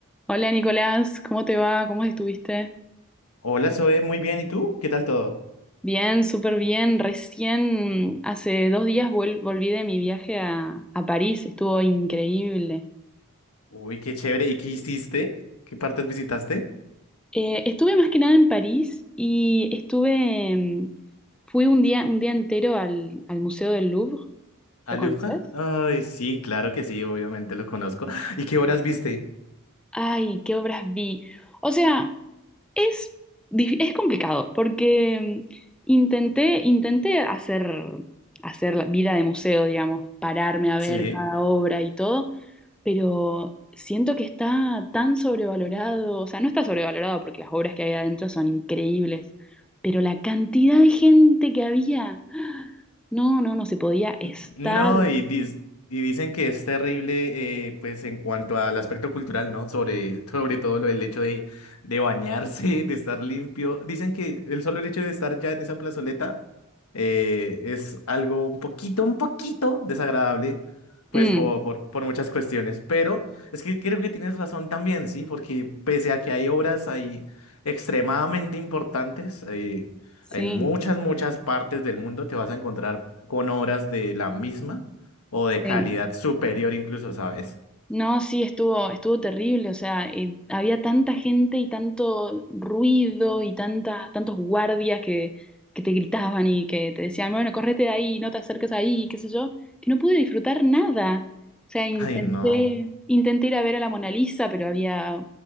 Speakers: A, in the centre; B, on the left.
A: Hola Nicolás, ¿cómo te va? ¿Cómo estuviste?
B: Hola, Zoe, muy bien. ¿Y tú? ¿Qué tal todo?
A: Bien, súper bien. Recién hace dos días vuel- volví de mi viaje a, a París, estuvo increíble.
B: Uy, qué chévere. ¿Y qué hiciste? ¿Qué partes visitaste?
A: Eh, estuve más que nada en París y estuve, mm, fui un día, un día entero al, al Museo del Louvre.
B: ¿Al
A: ¿Lo conoces?
B: Louvre? Ay, sí, claro que sí, obviamente lo conozco. <gasps> ¿Y qué horas viste?
A: Ay, qué obras vi. O sea, Es, dif- es complicado porque mm, intenté, intenté hacer, hacer la vida de museo, digamos, pararme a
B: Sí.
A: ver cada obra y todo, pero siento que está tan sobrevalorado, o sea, no está sobrevalorado porque las obras que hay adentro son increíbles, pero la cantidad de gente que había, ¡ah! no, no, no se podía estar.
B: N- No, y, dis- y dicen que es terrible, eh, pues en cuanto al aspecto cultural, ¿no? Sobre, <laughs> sobre todo lo del hecho de, de bañarse, de estar limpio. Dicen que el solo hecho de estar ya en esa plazoleta eh, es algo un poquito, un poquito desagradable, pues
A: Mm,
B: por, por, por muchas cuestiones, pero es que creo que tienes razón también, ¿sí? Porque pese a que hay obras ahí extremadamente importantes, eh,
A: sí,
B: en muchas, muchas partes del mundo te vas a encontrar con obras de la misma o de calidad
A: sí.
B: superior incluso, ¿sabes?
A: No, sí, estuvo, estuvo terrible, o sea, eh, había tanta gente y tanto ruido y tanta, tantos guardias que, que te gritaban y que te decían, bueno, correte de ahí, no te acerques ahí, qué sé yo, que no pude disfrutar nada. O sea, intenté,
B: Ay, no.
A: intenté ir a ver a la Mona Lisa, pero había